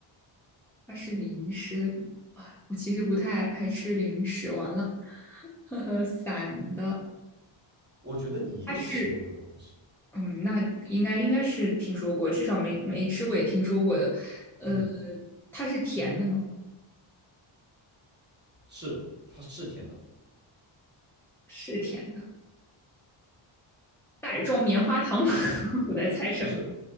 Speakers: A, in the centre; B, on the right (about 20°).
A: 它是零食，我其实不太爱吃零食。完了，<laughs> 呵呵，散的，
B: 我觉得你一定吃过这个东西，
A: 它是，嗯，那应该应该是听说过，至少没没吃过也听说过的。呃，
B: 嗯，
A: 它是甜的吗？
B: 是，它是甜的，
A: 是甜的，袋装棉花糖。<laughs> 我在猜什么？
B: 不是，